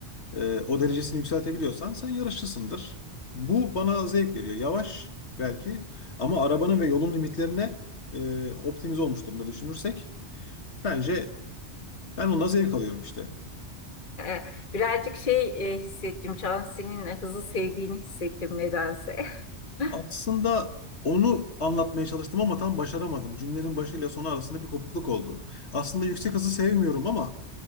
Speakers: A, on the left (about 70°); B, on the left (about 45°).
A: e, o derecesini yükseltebiliyorsan sen yarışçısındır. Bu bana zevk veriyor. Yavaş belki ama arabanın ve yolun limitlerine e, optimize olmuş durumda düşünürsek bence ben ondan zevk alıyorum işte.
B: <laughs> Birazcık şey e, hissettim. Cansu'nun hızı sevdiğini hissettim nedense. <laughs>
A: Aslında onu anlatmaya çalıştım ama tam başaramadım. Cümlenin başıyla sonu arasında bir kopukluk oldu. Aslında yüksek hızı sevmiyorum ama